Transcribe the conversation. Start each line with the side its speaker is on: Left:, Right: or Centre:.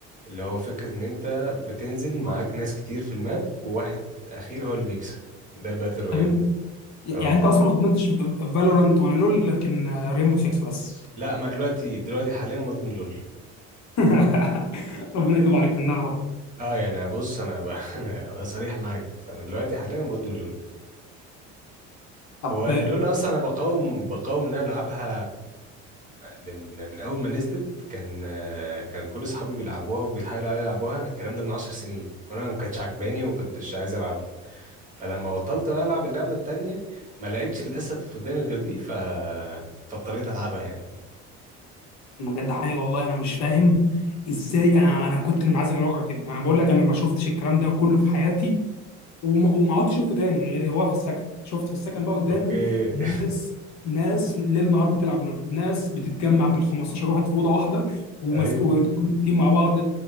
Right: اللي هو فكره ان انت بتنزل
Left: ايوه
Right: معاك ناس كتير في الماب وواحد اخير هو اللي بيكسب ده الباتل رويال
Left: طب أنت- يعني
Right: اه
Left: انت اصلا ما ادمنتش فالورانت ولا لول لكن ريمبو 6 بس
Right: لا ما دلوقتي دلوقتي حاليا مدمن لول
Left: <laughs> ربنا يتوب عليك في النار يا رب.
Right: اه يعني بص انا ب... <laughs> انا صريح معاك فانا دلوقتي حاليا مدمن لول
Left: طب
Right: واللول اصلا انا بقاوم بقاوم ان انا العبها من من اول ما نزلت كان كان كل اصحابي بيلعبوها وبيتحايلوا عليا يلعبوها الكلام ده من 10 سنين وانا ما كانتش عجباني وما كنتش عايز العبها فلما بطلت بقى العب اللعبه التانيه ما لقيتش للاسف قدامي غير دي ف فاضطريت العبها يعني
Left: بجد حقيقي والله انا مش فاهم ازاي انا انا كنت منعزل عن الواقع كده انا بقول لك انا ما شفتش الكلام ده كله في حياتي وما وما عدتش شفته تاني غير هو في السكن شفت في السكن بقى قدامي
Right: اوكي
Left: ناس
Right: <laughs>
Left: ناس ليل نهار بتلعب لول ناس بتتجمع بال 15 واحد في اوضه واحده وماسك
Right: ايوه
Left: ويدخلوا تيم مع بعض